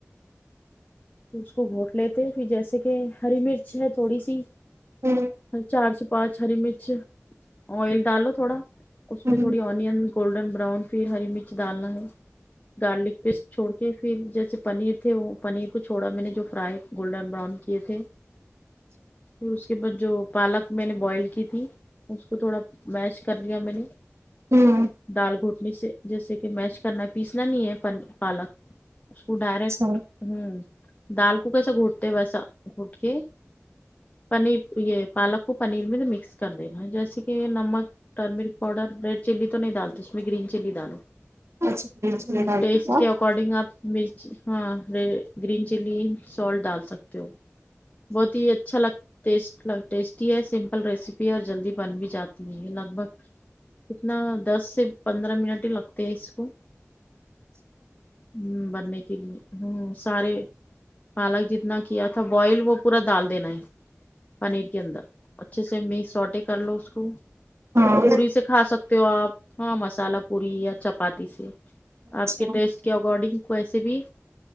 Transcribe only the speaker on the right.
ہوں
ہمم
ہمم
اچھا ہوں اچھا
اچھا فریج میں
ڈال
کیا
ہاں
اچھا